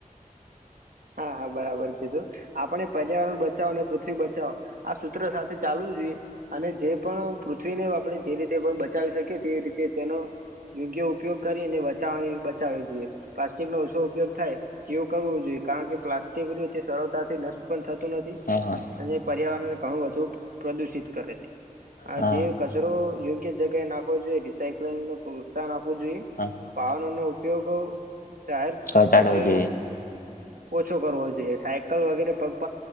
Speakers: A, on the right (about 75°); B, on the left (about 75°).
A: હા હા બરાબર કીધું આપણે પર્યાવરણ બચાવો અને પૃથ્વી બચાવો આ સૂત્ર સાથે ચાલવું જોઈએ અને જે પણ પૃથ્વીને આપણે જે રીતે પણ બચાવી શકીએ તે રીતે તેનો યોગ્ય ઉપયોગ કરીને <inaudible> ઈએ પ્લાસ્ટિક નો ઓછો ઉપયોગ થાય કું કરવું જોઈએ કારણ કે પ્લાસ્ટિક જે સરળતાથી નષ્ટ પણ થ નથી
B: હા હા
A: અને પર્યાવરણ ઘણું બધું પ્રદુષિત કરે છે આ
B: હા
A: જીવ કસરો યોગ્ય જગ નાખો જોઈએ રિસાયક્લિંગને પ્રોત્સાહન આપ આપવું જોઈએ
B: હા
A: વાાવનો નો ઉપયોગ જાહેર
B: ઘટાડવો
A: જે
B: જોઈએ
A: ઓછો કરવો જોઈએ સાયકલ વગેરે પગ